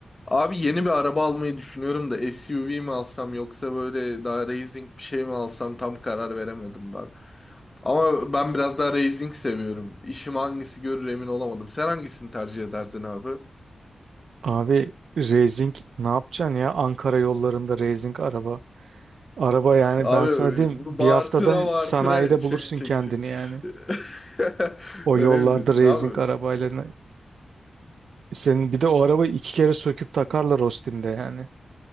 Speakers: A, on the left (about 20°); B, on the right (about 80°).
A: Abi yeni bir araba almayı düşünüyorum da SUV mi alsam yoksa böyle daha racing bir şey mi alsam tam karar veremedim ben. Ama ben biraz daha racing seviyorum. İşim hangisi görür emin olamadım. Sen hangisini tercih ederdin abi?
B: Abi racing ne yapacaksın ya Ankara yollarında racing araba. Araba yani
A: Abi
B: ben sana diyeyim bir
A: bağırtıra
B: haftada
A: bağırtıra
B: sanayide
A: şey
B: bulursun
A: çekecek.
B: kendini yani.
A: <laughs>
B: O
A: Öyle
B: yollarda
A: mi diyorsun
B: racing
A: abi?
B: arabayla. ne- Senin bir de o arabayı iki kere söküp takarlar Ostim'de yani.